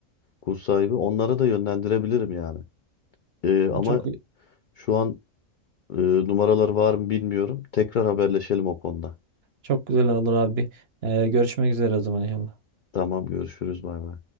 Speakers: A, on the left (about 65°); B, on the right (about 60°).
A: kurs sahibi. Onlara da yönlendirebilirim yani. E, ama
B: Çok
A: şu an Ee, numaralar var mı bilmiyorum. Tekrar haberleşelim o konuda.
B: Çok güzel olur abi. Ee, görüşmek üzere o zaman inşallah.
A: Tamam görüşürüz bay bay.